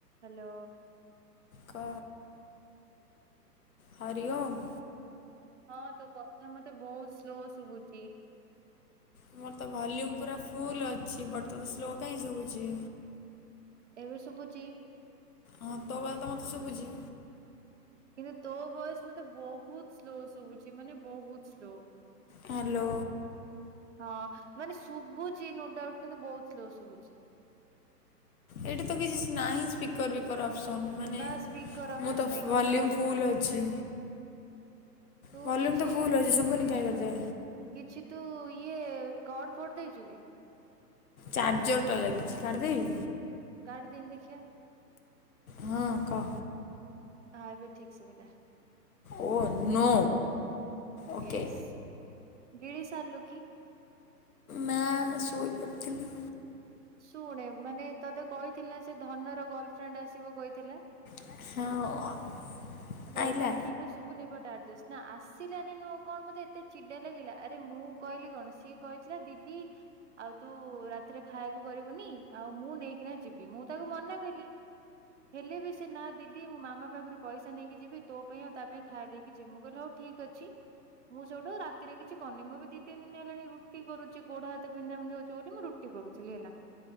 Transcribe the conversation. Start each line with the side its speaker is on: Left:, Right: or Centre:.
Right: Hello.
Left: କ। ହରି ଓମ୍।
Right: ହଁ ତୋ କଥା ମତେ ବହୁତ୍ ସ୍ଲୋ ଶୁଭୁଚି।
Left: ମୋର ତ ଭଲ୍ୟୁମ୍ ପୁରା ଫୁଲ୍ ଅଛି ବଟ୍ ତତେ ସ୍ଲୋ କାହିଁ ଶୁଭୁଚି?
Right: ଏବେ ଶୁବୁଚି।
Left: ହଁ ତୋ କଥା ତ ମତେ ଶୁବୁଚି।
Right: କିନ୍ତୁ ତୋ ଭୟସ୍ ମତେ ବହୁତ୍ ସ୍ଲୋ ଶୁବୁଚି ମାନେ ବହୁତ୍ ସ୍ଲୋ।
Left: ହାଲୋ।
Right: ହଁ ମାନେ ଶୁବୁଚି ନୋ ଡାଉଟ୍ କିନ୍ତୁ ବହୁତ୍ ସ୍ଲୋ ଶୁବୁଚି।
Left: ଏଇଟି ତ କିଛିସ୍ ନାହିଁସ୍। ପିକର୍ ବିକର୍ ଅପ୍ସନ୍ ମାନେ
Right: ନା ସ୍ପିକର ଅପସନ
Left: ମୁଁ ତ
Right: ନାହିଁ
Left: ଭଲ୍ୟୁମ୍
Right: ହଉ ଛାଡିଛି
Left: ଫୁଲ୍ ଅଛି।
Right: ତୁ
Left: ଭଲ୍ୟୁମ୍
Right: କିଛି
Left: ତ ଫୁଲ୍ ଅଛି ଶୁଭୁନି କାଇଁ ତତେ।
Right: କିଛି ତୁ ଇଏ କଡ଼୍ ଫଡ଼୍ ଦେଇଚୁ କି?
Left: ଚାର୍ଜର ଟା ଲାଗିଚି କାଢି ଦେବି।
Right: କାଡ଼୍ଦେନି ଦେଖିଆ।
Left: ହଁ କ।
Right: ହାଁ ଏବେ ଠିକ୍ ସୁବିଲା।
Left: ଓ ନୋ। ଓକେ
Right: ୟେସ୍ ଗିଳି ସାର୍ଲୁ କି?
Left: ନାଁ ଶୋଇ ପଡିଥିଲି।
Right: ଶୁଣେ ମାନେ ତତେ କହିଁଥିଲି ନା ସେ ଧନର ଗର୍ଲଫ୍ରେଣ୍ଡ୍ ଆସିବ କହିଥିଲେ।
Left: <unintelligible>
Right: ମତେ
Left: ଆଇଲା
Right: ଏବେ ବି ଠିକ୍ ରେ ଶୁବୁନି ବଟ୍ ଆର୍ଜେଷ୍ଟ୍ ନା ଆସିଲାନି ନୁଅଁ କଣ ମତେ ଏତେ ଚିଡା ଲାଗିଲା ଆରେ ମୁଁ କଇଲି କଣ ସିଏ କହିଥିଲା ଦିଦି ଆଉ ତୁ ରାତିରେ ଖାଇଆକୁ କରିବୁନି ଆଉ ମୁଁ ନେଇକିନା ଯିବି ମୁଁ ତାକୁ ମନା କଲି। ହେଲେ ବି ସେ ନା ଦିଦି ମୁଁ ମାମା ପାକରୁ ପଇ ସା ନେଇକି ଯିବି ତୋ ପାଇଁ ଆଉ ତା ପାଇଁ ଖାୟା ଦେଇକି ଯିବ୍ ମୁଁ କହିଲି ହଉ ଠିକ୍ ଅଛି। ମୁଁ ସେଇଟୁ ରାତିରେ କିଛି କରୁନି ମୁଁ ବି ଦି ତିିନ୍ ଏଲାଣି ରୁଟି କରୁଚି ଗୋଡ଼ ହାତ ବିନ୍ଧାବିନ୍ଧି ହଉଚି ବୋଲି ମୁଁ ରୁ ରୁଟି କରୁଥିଲି ହେଲା